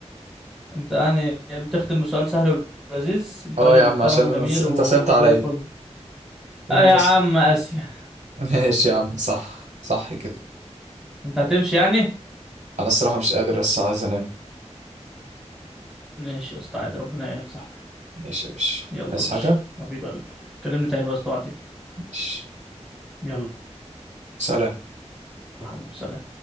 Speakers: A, in the centre; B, on the right (about 80°).
A: أنت يعني بتختم بسؤال سهل ولذيذ أنت
B: اه
A: راجل
B: يا عم
A: محترم
B: عشان
A: وجميل
B: انا س... انت
A: وزي
B: سبت عليا
A: الفل
B: انت
A: آه يا عم
B: س...
A: آسيا
B: <laughs> ماشي يا عم صح صح كده
A: أنت هتمشي يعني
B: انا الصراحه مش قادر بس عايز انام
A: ماشي يا اسطى عادي ربنا يعينك يا صاحبي
B: ماشي يا باشا
A: يلا
B: عايز
A: يا باشا
B: حاجه
A: حبيب قلبي كلمني تاني بقى استوعب
B: ماشي
A: يلا
B: سلام
A: حبيبي سلام